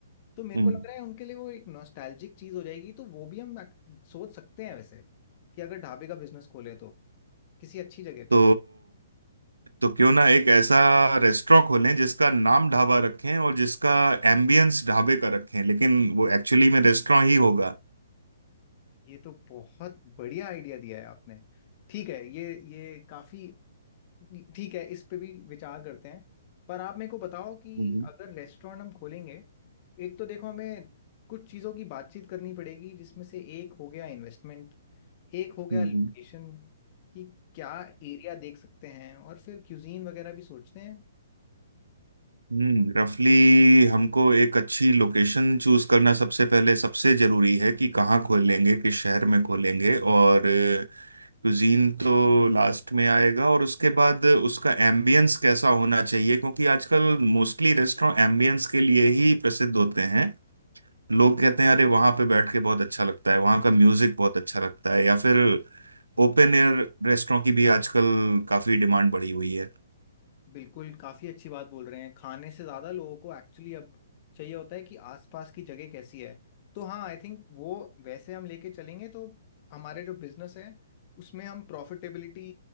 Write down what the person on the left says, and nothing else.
तो मेरे
को लग रहा है उनके लिए वो एक नॉस्टैल्जिक चीज हो जाएगी तो वो भी हम ac- सोच सकते हैं वैसे कि अगर ढाबे का बिजनेस खोले तो किसी अच्छी जगह
पे
ये तो बहुत बढ़िया आइडिया दिया है आपने ठीक है ये ये काफी ठीक है इस पे भी विचार करते हैं पर आप मेरे को बताओ कि
अगर रेस्टोरेंट हम खोलेंगे एक तो देखो हमें कुछ चीज़ों की बातचीत करनी पड़ेगी जिसमें से एक हो गया इन्वेस्टमेंट एक हो गया
लोकेशन कि क्या एरिया देख सकते हैं और फिर क्यूजीन वगैरह भी सोचते हैं
बिल्कुल काफ़ी अच्छी बात बोल रहे हैं खाने से ज़्यादा लोगों को एक्चुअली अब चाहिए होता है कि आसपास की जगह कैसी है तो हाँ आई थिंक वो वैसे हम लेके चलेंगे तो हमारे जो बिजनेस है उसमें हम प्रॉफिटेबिलिटी